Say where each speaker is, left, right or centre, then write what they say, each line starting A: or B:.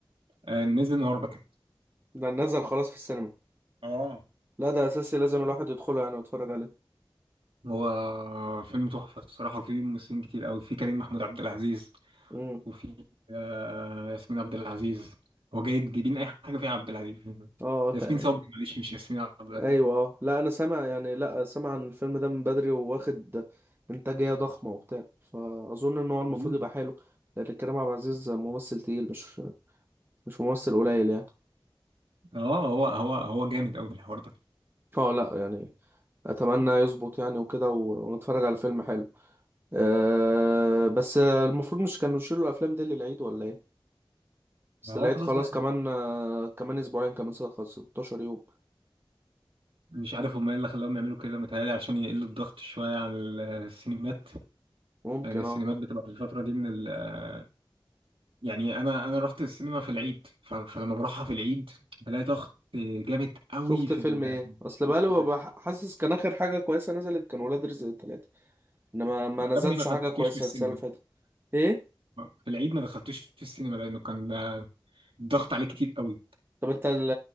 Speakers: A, on the right; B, on the right.
A: آه، نزل النهارده كده
B: ده نزل خلاص في السينما
A: اه
B: لا ده اساسي لازم الواحد يدخله يعني ويتفرج عليه
A: هو فيلم تحفة الصراحة وفيه ممثلين كتير أوي في كريم محمود عبد العزيز
B: امم
A: وفي آه، ياسمين عبد العزيز هو جاي جايبين أي حاجة فيها عبد العزيز <laughs>
B: اه
A: ياسمين
B: خ-
A: صبري معلش مش ياسمين عبد العزيز
B: ايوه اه لا انا سامع يعني لا سامع عن الفيلم ده من بدري وواخد انتاجية ضخمة وبتاع فاظن ان هو المفروض
A: مم.
B: يبقى حلو لان كريم عبد العزيز ممثل تقيل مش مش ممثل قليل يعني
A: اه هو هو هو جامد أوي في الحوار ده
B: اه لا يعني اتمنى يظبط يعني وكده و- ونتفرج على فيلم حلو أه بس المفروض مش كانوا يشيلوا الافلام دي للعيد ولا ايه بس
A: ما هو
B: العيد
A: خلاص
B: خلاص
A: بقى
B: كمان آه، كمان اسبوعين كمان سنة 16 يوم
A: مش عارف هما ايه اللي خلاهم يعملوا كده متهيألي عشان يقلوا الضغط شوية عن السينمات
B: ممكن
A: لان السينمات
B: اه
A: بتبقى في الفتره دي من ال آه، يعني انا انا رحت السينما في العيد ف- فلما بروحها في العيد بلاقي ضغط جامد قوي
B: شفت
A: في
B: فيلم
A: ال-
B: ايه اصل
A: بكتيريا.
B: بقاله بح- حاسس كان اخر حاجة كويسة نزلت كان ولاد رزق التلاتة انما ما
A: ما
B: نزلش
A: دام ما دخلتوش
B: حاجة كويسة
A: في السينما
B: السنة اللي فاتت ايه
A: في العيد ما دخلتوش في السينما لانه كان آه، الضغط عليه كتير قوي
B: طب انت ال-